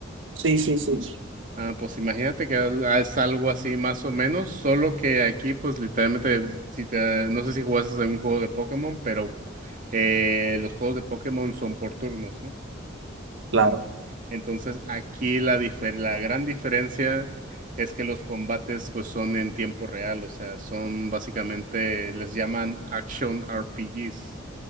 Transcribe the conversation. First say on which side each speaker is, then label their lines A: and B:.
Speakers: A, on the right (about 80°); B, on the right (about 45°).
A: Sí, sí, sí.
B: Ah, pues imagínate que al- es algo así más o menos, solo que aquí pues literalmente, si te, no sé si jugases a un juego de Pokémon, pero eh, los juegos de Pokémon son por turnos, ¿no?
A: Claro,
B: Ujú. Entonces aquí la, difer- la gran diferencia es que los combates pues son en tiempo real, o sea, son básicamente, les llaman Action RPGs.